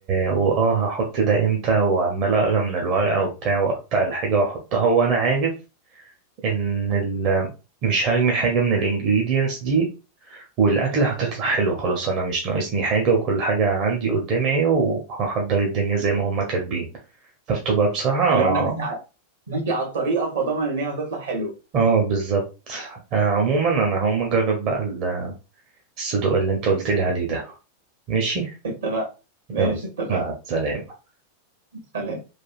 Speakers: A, on the right (about 40°); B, on the right (about 65°).
A: واه هحط ده امتى وعمال اقرا من الورقة وبتاع واقطع الحاجة واحطها وانا عارف ان ال... مش هرمي حاجه من الانجريدينتس دي والاكله هتطلع حلو خلاص انا مش ناقصني حاجه وكل حاجه عندي قدامي اهي وهحضر الدنيا زي ما هم كاتبين فبتبقى بصراحه
B: اللي هو انا ماشي على- ماشي على الطريقه فضمن ان هي هتطلع حلوه
A: اه بالظبط آه عموما انا هقوم اجرب بقى ال- الصدوق اللي انت قلت لي عليه ده ماشي
B: اتفق ماشي
A: يلا
B: اتفق
A: مع السلامه
B: سلام